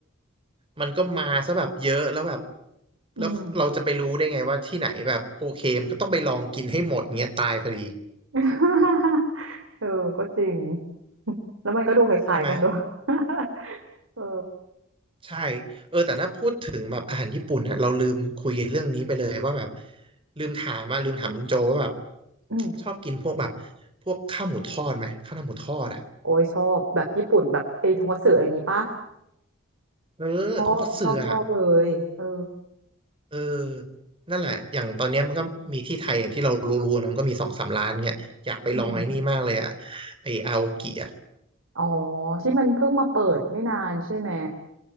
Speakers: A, on the right (about 25°); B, on the right (about 85°).
A: มันก็มาซะแบบเยอะแล้วแบบ
B: อืม
A: แล้วเราจะไปรู้ได้ไงว่าที่ไหนแบบโอเคมันก็ต้องไปลองกินให้หมดเงี้ยตายพอดี
B: <laughs> เออก็จริงแล้วมันก็ดูคล้ายๆกันด้วย
A: ใช่ไหม
B: <laughs> เออ
A: ใช่เออแต่ถ้าพูดถึงแบบอาหารญี่ปุ่นนะเราลืมคุยเรื่องนี้ไปเลยว่าแบบลืมถามมาลืมถามลุงโจว่าแบบ
B: อืม
A: ชอบกินพวกแบบพวกข้าวหมูทอดไหมข้าวหน้าหมูทอดอ่ะ
B: โอ้ยชอบแบบญี่ปุ่นแบบไอ้ทงคัตสึอะไรอย่างงี้ปะ
A: เออทงคัตสึอ่ะ
B: ชอบชอบชอบเลยเออ
A: เออนั่นแหละอย่างตอนเนี้ยมันก็มีที่ไทยอย่างที่เรารู้ๆนะมันก็มีสองสามร้านเนี่ยอยากไปลองไอ้นี่มากเลยอ่ะ
B: อืม
A: ไออาโอกิอ่ะ
B: อ๋อที่มันเพิ่งมาเปิดไม่นานใช่ไหม